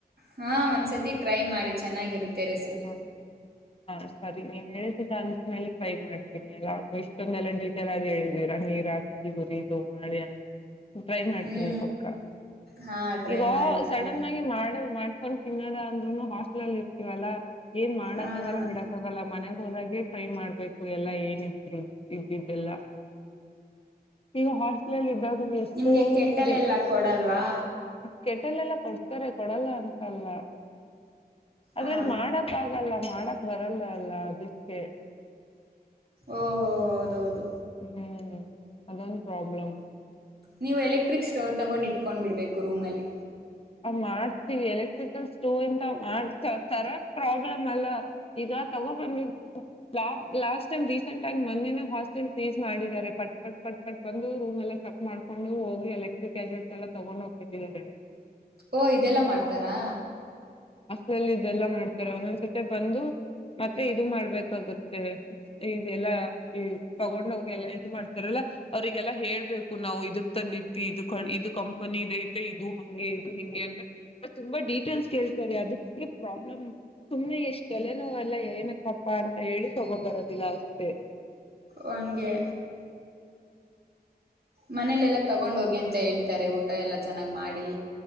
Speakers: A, on the right; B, on the left.
A: ಹಾ ಒಂದ್ಸತಿ ಟ್ರೈ ಮಾಡಿ ಚೆನ್ನಾಗಿರುತ್ತೆ ರೆಸಿಪಿ
B: ಹಾ ಹ ಸರಿ ನೀವ್ ಹೇಳಳ್ತಿದ್ದ ಅಂದ್ರ ಮೇಲೆ ಟ್ರೈ ಮಾಡ್ತೀನಿ ಎಲ್ಲ ಇಷ್ಟೊಂದೆಲ್ಲ ಡೀಟೇಲ್ ಆಗಿ ಹೇಳಿದೀರಾ ನೀರ್ ಹಾಕಿ ಹುರಿದದು ಮಾಡಿ ಅಂತ ಟ್ರೈ ಮಾಡ್ತೀನಿ
A: ಹ್ಞೂ
B: ಪಕ್ಕ
A: ಹಾಂ ಟ್ರೈ
B: ಈಗ
A: ಮಾಡಿ ಮಾಡಿ
B: ಸಡನ್ ಆಗಿ ಮಾಡಲ್ ಮಾಡ್ಕೊಂಡ್ ತಿನ್ನ <unintelligible> ಅಂದ್ರೂನು ಹಸ್ಟಲ್ಲ್ಲಿ ಇರತಿವಲ್ಲ ಏನ್ ಮಾಡಕ್
A: ಹಾಂ
B: ಆಗಲ್ಲ ಬಿಡಕ್ಕ ಆಗಲ್ಲ ಮನೆಗ ಹೋದಾಗೆ ಟ್ರೈ ಮಾಡ್ಬೇಕು ಎಲ್ಲಾ ಏನಿದ್ರು ಇದಿದ್ದೆಲ್ಲ ಈಗ ಹಾಸ್ಲ ಇದ್ದಾಗ ಎಷ್ಟೊಂದು
A: ನಿಮ್ಗೆ ಕೆಟ್ಟಲ ಎಲ್ಲಾ ಕೊಡಲ್ವಾ
B: ಕೆಟ್ಟಲೆೆಲ್ಲ ಕೊಡ್ತಾರೆ ಕೊಡಲ್ಲ ಅಂತಲ್ಲ ಅದ್ರಲ್ಲಿ
A: ಹಾಂ
B: ಮಾಡಕ್ ಆಗಲ್ಲ ಮಾಡಕ್ ಬರಲ್ಲ ಅಲ್ಲ ಅದಕ್ಕೆ
A: ಓಹಹೋ ಹೌದೌದು
B: ಹ್ಮ್ ಅದೊಂದು ಪ್ರಾಬ್ಲಮ
A: ನೀವು ಎಲೆಕ್ಟ್ರಿಕ್ ಸ್ಟವ್ ತಗೊಂಡಿ ಕೊಂಡ್ಬಿಡ್ಬೇಕು ರೂಮ್ ಅಲ್ಲಿ.
B: ಹಂಗ್ ಮಾಡ್ತೀವಿ ಎಲೆಕ್ಟ್ರಿಕಲ್ ಸ್ಟೋವ್ ಇಂತ ಮಾಡ್ ತರಕ್ ಪ್ರಾಬ್ಲಮ್ ಅಲ್ಲ ಈಗ ತಗೋ ಬಂದ ಲ್ಯಾಬ್ ಲಾಸ್ಟ್ ಟೈಮ್ ರೀಸೆಂಟ್ ಆಗ ಮೊನ್ನೇನೆ ಹಾಸ್ಟೆಲ್ ಸೀಸ್ ಮಾಡಿದ್ದಾರೆ ಪಟ್ ಪಟ್ ಪಟ್ ಪಟ್ ಬಂದು ರೂಮ್ ಎಲ್ಲ ಚೆಕ್ ಮಾಡ್ಕೊಂಡು ಹೋಗಿ ಎಲೆಕ್ಟ್ರಿಕ್ ಗ್ಯಾಜೆಟ್ಸ್ ಎಲ್ಲ ತಗೊಂಡ್ ಹೋಗ್ಬಿಟ್ಟಿದ್ದಾರೆ.
A: ಓ ಇದೆಲ್ಲಾ ಮಾಡ್ತಾರಾ.
B: ಲಲ್ ಇದೆಲ್ಲ ಮಾಡ್ತಾರೆ ಒಂದೊಂದ್ಸತೆ ಬಂದು. ಮತ್ತೆ ಇದು ಮಾಡ್ಬೇಕಾಗುತ್ತೆ ಈದ್ ಎಲ್ಲ. ಈ ತಗೊಂಡ್ ಹಗೆಲ್ಲಾ ಇದು ಮಾಡ್ತಾರಲ್ಲ ಅವ್ರಿಗೆಲ್ಲಾ ಹೇಳ್ಬೇಕು ನಾವು ಇದಕ್ ತಂದಿದ್ವಿ ಇದು ಇದು ಕಂಪನಿ ಇದ ಐತೆ ಇದು ಹಂಗೆ. ಡು ಹಿಂಗೆ ಅಂತ ತುಂಬಾ ಡಿಪ್ ಟೇಲ್ಸ್ ಕೇಳ್ತಾರೆ ಅದಕ್ಕೆ ಪ್ರಾಬ್ಲಮ್ ಸುಮ್ನೆ ಇಸ್ಟ್ ತಲೆನೋವ್ ಎಲ್ಲಾ ಏನಕ್ಕಪ್ಪಾ ಅಂತ ಹೇಳಿ ತಗೋ ಬರೋದಿಲ್ಲ ಅಷ್ಟೇ.
A: ವಂಗೆ. ಮನೇಲೆಲ್ಲ. ತಗೊಂಡ್ ಹೋಗಿ ಅಂತ ಹೇಳ್ ತರೆ ಊಟ ಎಲ್ಲ ಚೆನ್ನಾಗ್ ಮಾಡಿ.